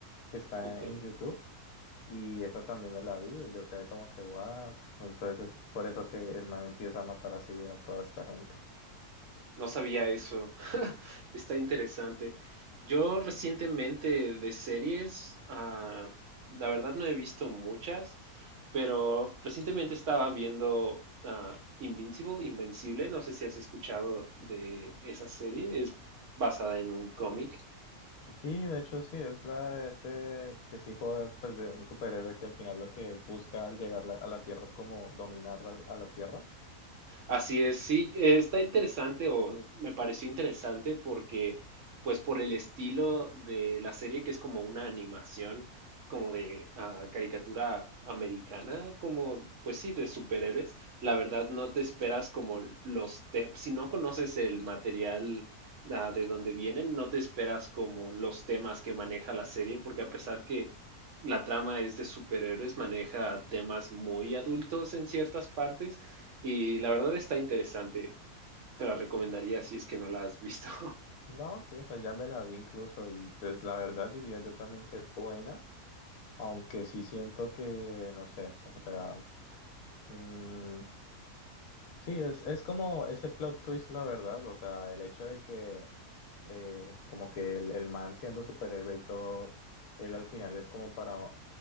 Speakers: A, on the left; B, on the right.
A: que está
B: Ok.
A: en YouTube Y esa también me la vi y yo quedé como que, what? Entonces es por eso que el man empieza a matar así a toda esta gente.
B: No sabía eso. <laughs> Está interesante. Yo recientemente de series, ah, la verdad no he visto muchas, pero recientemente estaba viendo ah, Invincible, Invencible. No sé si has escuchado de esa serie. Es basada en un cómic.
A: Sí, de hecho sí, es la de este que es hijo de, pues, de un superhéroe que al final lo que busca al llegar la- a la Tierra es como dominar al- a, la Tierra.
B: Así es, sí, eh, está interesante o me pareció interesante porque, pues por el estilo de la serie, que es como una animación, como de ah, caricatura americana, como, pues sí, de superhéroes, la verdad no te esperas como los temas, si no conoces el material ah, de donde vienen, no te esperas como los temas que maneja la serie, porque a pesar que la trama es de superhéroes, maneja temas muy adultos en ciertas partes y la verdad está interesante. Te la recomendaría si es que no la has visto. <laughs>
A: No, sí, esa ya me la vi incluso y pues la verdad diría yo también que es buena, aunque sí siento que, no sé, o sea, mm, sí, es, es como ese plot twist, la verdad, o sea, el hecho de que eh, como que el, el man siendo superhéroe y todo, él al final es como para